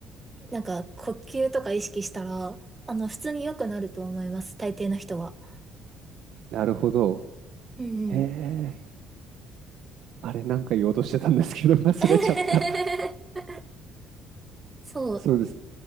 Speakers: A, on the right; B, on the right.
A: なんか、呼吸とか意識したら、あの、普通に良くなると思います。大抵の人は。
B: なるほど。
A: うんうん。
B: へえ、あれ、なんか言おうとしてたんですけど、<laughs> 忘れちゃった。
A: <laughs> そう。
B: そうです。